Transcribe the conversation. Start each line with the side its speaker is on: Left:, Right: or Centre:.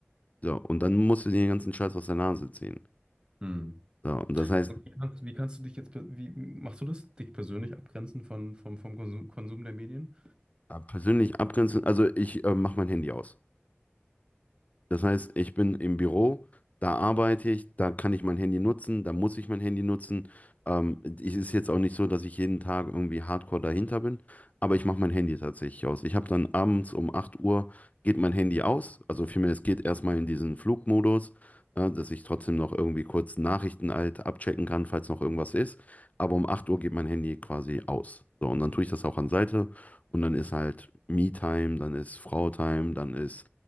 Left: So, und dann musst du dir den ganzen Scheiß aus der Nase ziehen.
Right: Hm.
Left: So, und das heißt,
Right: Und wie kannst, wie kannst du dich jetzt, per- wie machst du das? Dich persönlich abgrenzen von, vom, vom Konsum, Konsum der Medien?
Left: ab- persönlich abgrenzen, also ich äh, mache mein Handy aus. Das heißt, ich bin im Büro, da arbeite ich, da kann ich mein Handy nutzen, da muss ich mein Handy nutzen. Ähm, es ist jetzt auch nicht so, dass ich jeden Tag irgendwie hardcore dahinter bin, aber ich mache mein Handy tatsächlich aus. Ich habe dann abends um 8 Uhr geht mein Handy aus, also vielmehr es geht erstmal in diesen Flugmodus, ne, dass ich trotzdem noch irgendwie kurz Nachrichten halt abchecken kann, falls noch irgendwas ist. Aber um 8 Uhr geht mein Handy quasi aus. So, und dann tue ich das auch an Seite und dann ist halt Me-Time, dann ist Frau-Time, dann ist